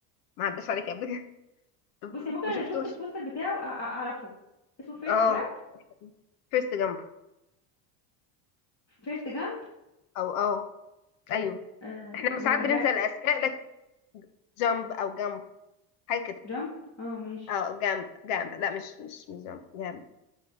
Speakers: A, on the left; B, on the left.
A: ما عداش عليك قبل كده <laughs>
B: بصي ممكن
A: ما شفتوش
B: لو شفت البوستر بتاعه أ- أ- اعرفه اسمه فيرست
A: اه
B: جاب
A: فورست جامب
B: فيرست جامب
A: او اه ايوه
B: آه.
A: احنا ساعات
B: ولا
A: بننسى
B: جاب
A: الاسماء لك جامب او جامب حاجه كده
B: جامب اه ماشي
A: اه جامب جامب لا مش مش مش جامب جامب